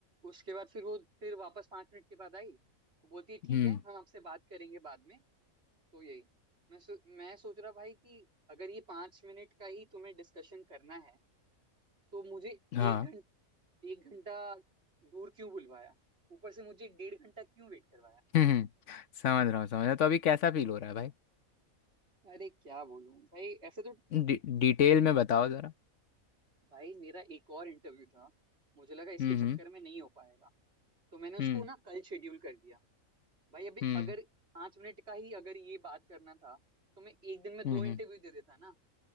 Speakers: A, on the right; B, on the left.
A: उसके बाद फिर वो फिर वापस पांच मिनट के बाद आई वो बोलती है ठीक
B: हम्म
A: है हम आपसे बात करेंगे बाद में तो यही मैं सो, मैं सोच रहा भाई कि अगर ये पांच मिनट का ही तुम्हें डिस्कशन करना है तो मुझे
B: हाँ
A: एक घंटा एक घंटा दूर क्यों बुलवाया ऊपर से मुझे डेढ़ घंटा क्यों वेट करवाया
B: हम्म हम्म, समझ रहा हूँ समझ रहा हूँ तो अभी कैसा फील हो रहा है भाई
A: अरे क्या बोलूं भाई ऐसे तो
B: डि- डिटेल में बताओ ज़रा
A: भाई मेरा एक और इंटरव्यू था मुझे लगा इसके
B: हम्म
A: चक्कर
B: हम्म।
A: में नहीं हो पाएगा तो मैंने उसको
B: हम्म
A: ना कल शेड्यूल कर दिया भाई अभी
B: हम्म
A: अगर पांच मिनट का ही अगर ये बात करना था तो मैं एक दिन में
B: हम्म
A: दो इंटरव्यू
B: हम्म।
A: दे देता ना